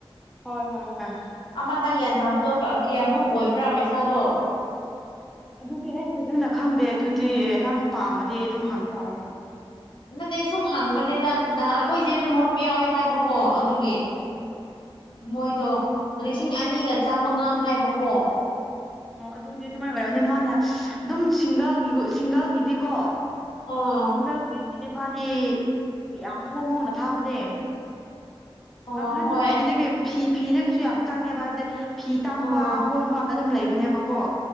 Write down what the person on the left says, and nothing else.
ꯑꯃꯇꯪ ꯌꯦꯟ ꯊꯥꯕꯗꯣ ꯀꯌꯥꯃꯨꯛ ꯑꯣꯏꯕ꯭ꯔꯥ ꯄꯩꯁꯥꯗꯣ
ꯅꯠꯇꯦ ꯁꯨꯝ ꯍꯪꯕꯅꯦꯗ ꯅꯍ ꯑꯩꯈꯣꯏꯁꯦ ꯑꯗꯨꯝ ꯃꯔꯨꯞ ꯌꯥꯎꯋꯦ ꯍꯥꯏꯕꯀꯣ ꯑꯗꯨ ꯒꯤ ꯃꯣꯏꯗꯣ ꯂꯤꯁꯤꯡ ꯑꯅꯤꯒ ꯆꯥꯃꯉꯥ ꯍꯥꯏꯕꯀꯣ
ꯑꯣ
ꯑꯣ
ꯍꯣꯏ
ꯑꯣ